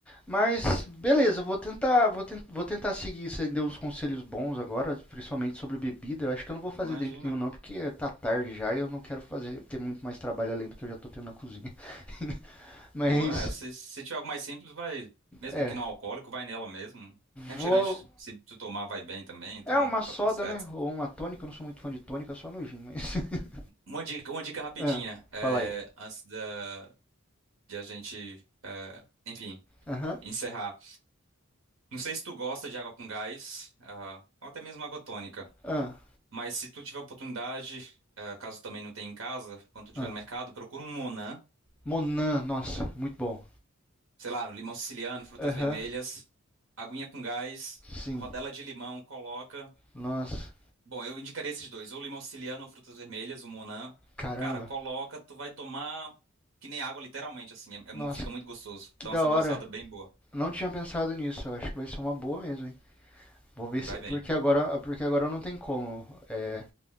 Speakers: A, in the centre; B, on the right.
A: Mas beleza, eu vou tentar, vou, ten- vou tentar seguir, você deu uns conselhos bons agora, principalmente sobre bebida. Eu acho que eu não vou
B: Imagina.
A: fazer drink nenhum não, porque tá tarde já e eu não quero fazer ter muito mais trabalho além do que eu já tô tendo na cozinha. <laughs> Mas
B: Boa, é, se, se tiver algo mais simples, vai, mesmo
A: é,
B: que não alcoólico, vai nela mesmo. Refrigerante,
A: vou
B: se tu tomar, vai bem também, então
A: É uma
B: tá
A: soda,
B: tudo certo.
A: né? Ou uma tônica, eu não sou muito fã de tônica, é só no gin, mas. <laughs>
B: Uma dica, uma dica rapidinha,
A: Ah,
B: é,
A: fala aí.
B: antes da, de a gente, é, enfim,
A: Aham.
B: encerrar. Não sei se tu gosta de água com gás, ah, ou até mesmo água tônica,
A: Ah,
B: mas se tu tiver oportunidade, ah, caso também não tenha em casa, quando tu estiver
A: ah.
B: no mercado, procura um Monan,
A: Monan, nossa, muito bom.
B: sei lá, limão siciliano, frutas
A: Aham.
B: vermelhas, aguinha com gás,
A: Sim.
B: rodela de limão, coloca.
A: Nossa,
B: Bom, eu indicaria esses dois, ou limão siciliano ou frutas vermelhas, o Monan.
A: caramba.
B: Cara, coloca, tu vai tomar que nem água, literalmente, assim, é- é
A: Nossa,
B: mu- fica muito gostoso,
A: que
B: dá
A: da
B: uma saborizada
A: hora.
B: bem boa,
A: Não tinha pensado nisso. Eu acho que vai ser uma boa mesmo, hein? Vou ver
B: vai
A: se.
B: bem.
A: Porque agora, porque agora não tem como. É,